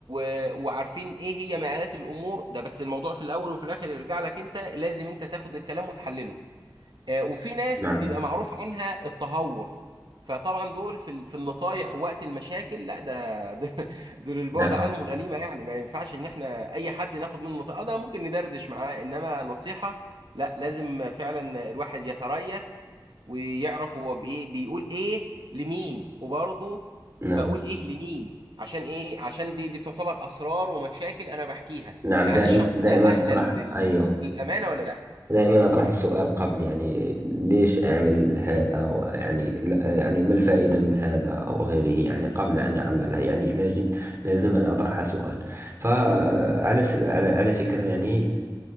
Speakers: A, on the right; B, on the right.
A: آه، وعارفين ايه هي مآلات الامور ده بس الموضوع في الاول وفي الاخر يرجع لك انت لازم انت تاخد الكلام وتحلله آه، وفي ناس
B: نعم
A: بيبقى معروف عنها التهور فطبعا دول في ال- في النصايح وقت المشاكل لا ده ده- <laughs> دول البعد
B: نعم
A: عنهم غنيمة يعني ما ينفعش ان احنا اي حد ناخد منه نصيحة آه، ده ممكن ندردش معاه انما نصيحة لا لازم فعلا الواحد يتريث ويعرف هو بايه بيقول ايه لمين وبرضه
B: نعم
A: بقول ايه لمين عشان ايه عشان دي دي بتعتبر اسرار ومشاكل انا بحكيها
B: نعم
A: فهل
B: دائما
A: الشخص
B: دائما
A: ده اهلا
B: أطرح
A: لل-
B: أيوه
A: للامانة ولا لا
B: دائما أطرح السؤال قبل يعني ليش أعمل هذا ويعني لا- يعني ما الفائدة من هذا أو غيره يعني قبل أن أعمله يعني لاجد لازم أن أطرح سؤال فعلى س- على على فكرة يعني